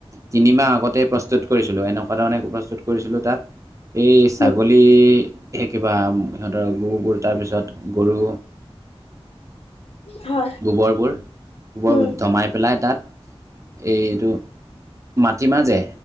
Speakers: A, on the right; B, on the left.
A: তিনিমাহ আগতেই প্ৰস্তুত কৰিছোঁ। ছিলো, এনেকুৱা ধৰণে প্ৰস্তুত কৰিছিলো তাত এই ছাগলীৰ
B: উম,
A: এ কিবা সিহঁতৰ গ গুৰ তাৰপিছত গৰু
B: হয়,
A: গোবৰবোৰ গোবৰবোৰ
B: উম,
A: দমাই পেলাই তাত এইটো মাটিমাহ যে